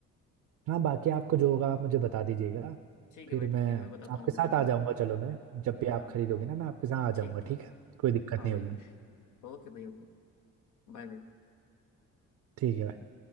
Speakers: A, on the right (about 70°); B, on the left (about 75°).
A: हाँ बाकी आपको जो होगा आप मुझे बता दीजिएगा
B: ठीक है
A: फिर
B: भाई ठीक
A: मैं
B: है मैं बताता
A: आपके
B: हूँ जैसे
A: साथ
B: भी
A: आ
B: होगा
A: जाऊंगा चलो मैं जब भी
B: हाँ
A: आप खरीदोगे ना मैं आपके साथ आ जाऊंगा
B: ठीक ठीक
A: ठीक है
B: ठीक
A: कोई दिक्कत
B: हाँ
A: नहीं
B: भाई
A: होगी
B: हाँ ओके भाई ओके Bye bye
A: ठीक है भाई